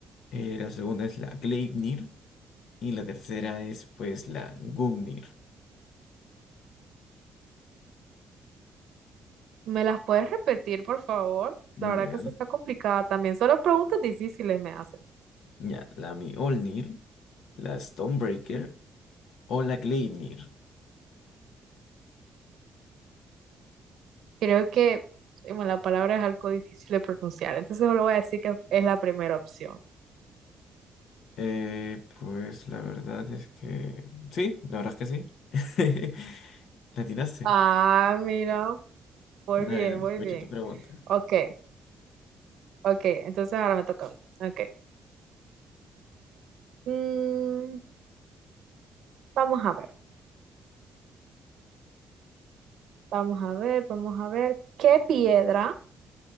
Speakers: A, on the left; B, on the right.
A: eh, la segunda es la Gleipnir. Y la tercera es pues la Gungnir.
B: ¿Me las puedes repetir, por favor?
A: Ya.
B: La verdad que se está complicada también. Solo preguntas difíciles me hacen.
A: Ya, la Mjolnir, la Stonebreaker o la Gleipnir.
B: Creo que bueno, la palabra es algo difícil de pronunciar, entonces solo voy a decir que es la primera opción.
A: Eh, pues la verdad es que... Sí, la verdad es que sí. <laughs> La atinaste.
B: Ah, mira, muy
A: Dale,
B: bien,
A: dale,
B: muy
A: escucho
B: bien.
A: tu pregunta.
B: Ok, ok, entonces ahora me toca a mí. Ok. Mm, vamos a ver, vamos a ver, vamos a ver. ¿Qué piedra